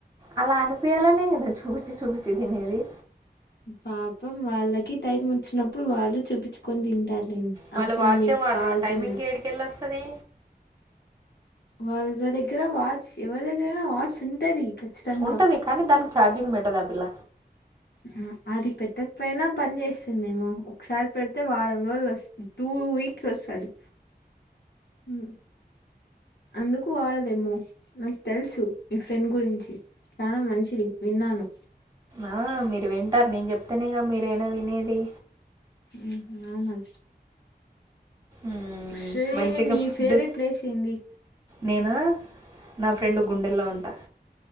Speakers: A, on the right (about 20°); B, on the left (about 80°).
A: అలా అనిపోయాలనే గదా చూచి చూచి దినేది
B: పాపం వాళ్ళకి టైం ఒచ్చినప్పుడు వాళ్ళు చూపిచ్చుకొన్ దింటార్ డిన్
A: వాళ్ళు
B: అప్పుడ్
A: వాచే
B: మీక్
A: వాడరు
B: కాల్తుంది
A: టైమింగ్ ఏడుకెళ్ళి వస్తుంది
B: వాళ్ళ దగ్గర వాచ్చ్ ఎవర్ దగ్గరైనా వాచ్చ్ ఉంటది ఖచ్చితంగా
A: ఉంటది కాని దానిక్ ఛార్జింగ్ పెట్టద్ ఆ పిల్ల
B: అ అది పెట్టక్పోయిన పన్ చేస్తుందేమో ఒక్సార్ పెడ్తే వారం రోజుల్ ఒస్తుంది టూ వీక్స్ ఒస్తది ఉ అందుకు వాడదేమో నాక్ తెల్సు మి ఫ్రెండ్ గురించి చాన మంచిది విన్నా అన్
A: ఆ మీరు వింటార్ నేన్ చెప్తెనేగా మీరైనా వినేది
B: ఊహు
A: మ్మ్,
B: షీ
A: మంచిగా
B: మీ
A: ఫుడ్
B: ఫేవరెట్ ప్లేస్ ఏంది
A: నేను నా ఫ్రెండ్
B: ఆ.
A: గుండెల్లో ఉంట